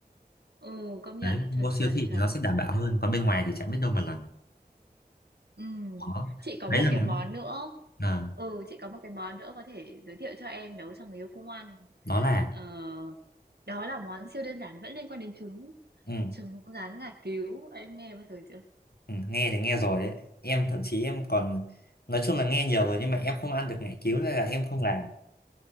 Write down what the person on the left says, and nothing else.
đấy mua
siêu thị
thì nó sẽ đảm bảo hơn còn bên ngoài thì chẳng biết đâu mà lần
đó
đấy
là món
à,
đó là
Ừ,
ừ, nghe thì nghe rồi đấy em thậm chí em còn nói chung là nghe nhiều rồi nhưng mà em không ăn được ngải cứu nên là em không làm